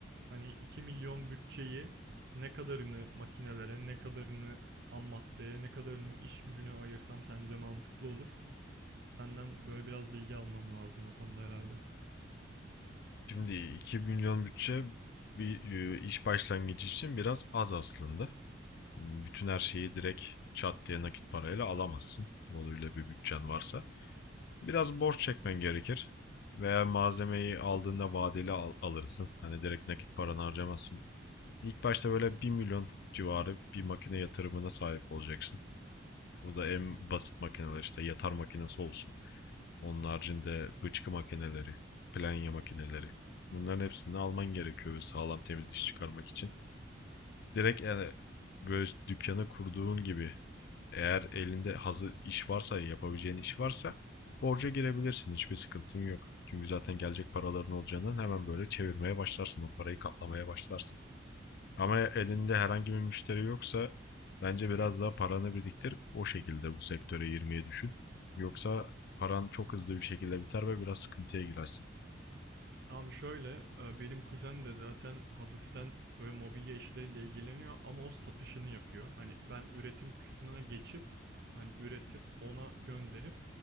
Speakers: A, on the right (about 60°); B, on the left (about 60°).
A: Hani 2 milyon bütçeyi ne kadarını makinelere, ne kadarını ham maddeye, ne kadarını iş gücüne ayırsam sence mantıklı olur? Senden böyle biraz bilgi almam lazım o konuda herhalde.
B: Şimdi 2 milyon bütçe bir e, iş başlangıcı için biraz az aslında. Hmm, Bütün her şeyi direkt çat diye nakit parayla alamazsın. Öyle bir bütçen varsa. Biraz borç çekmen gerekir. Veya malzemeyi aldığında vadeli al- alırsın. Hani direkt nakit paranı harcamazsın. İlk başta böyle bir milyon civarı bir makine yatırımına sahip olacaksın. O da en basit makineler işte yatar makinesi olsun. Onun haricinde bıçkı makineleri, planya makineleri. Bunların hepsini alman gerekiyor ve sağlam temiz iş çıkarmak için. Direkt yani böyle dükkanı kurduğun gibi eğer elinde hazır iş varsa yapabileceğin iş varsa borca girebilirsin. Hiçbir sıkıntın yok. Çünkü zaten gelecek paraların olacağından hemen böyle çevirmeye başlarsın. O parayı katlamaya başlarsın. Ama elinde herhangi bir müşteri yoksa bence biraz daha paranı biriktir. O şekilde bu sektöre girmeyi düşün. Yoksa paran çok hızlı bir şekilde biter ve biraz sıkıntıya girersin.
A: Abi şöyle e, benim kuzen de zaten hafiften böyle mobilya işleriyle ilgileniyor ama o satışını yapıyor. Hani ben üretim kısmına geçip hani üretip ona gönderip